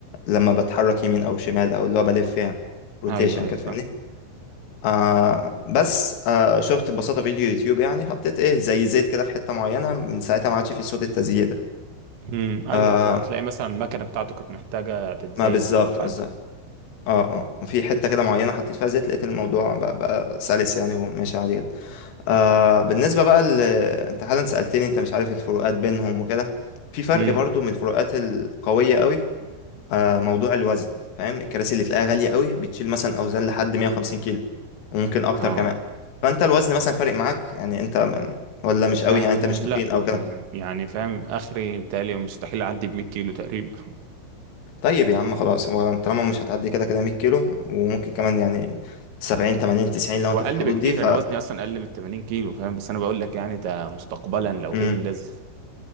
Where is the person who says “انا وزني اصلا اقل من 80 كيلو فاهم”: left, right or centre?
Right